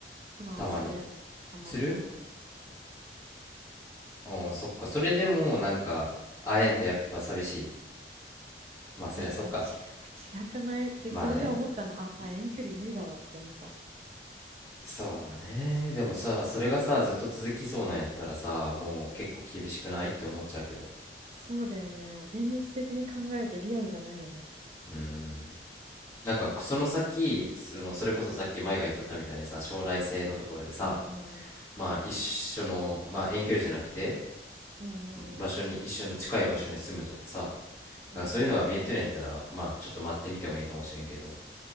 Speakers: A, on the right; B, on the left.
A: 普段する。
B: たまに。
A: たまにたまに。
B: するおー、そっか。それでも、なんか、会えんとやっぱ寂しい。まあ、そりゃそっか。
A: やっぱ違く、違くないで、
B: まあね。
A: それで思ったの。あ、まあ遠距離無理だわって思った。
B: そうね。でもさ、それがさ、ずっと続きそうなんやったらさ、もう結構厳しくないって思っちゃうけど。
A: そうだよね。現実的に考えてリアルじゃないよね。
B: うーん。なんか、その先、その、それこそさっき前が言っとったみたいにさ、将来性のところでさ、
A: うん。うん。
B: まあ一緒の、まあ、遠距離じゃなくて
A: うん。
B: 場所に一緒の近い場所に住むとかさだ
A: うん。うん。うんうん
B: からそういうのが見えとるんやったらまあちょっと待ってみてもいいかもしれんけど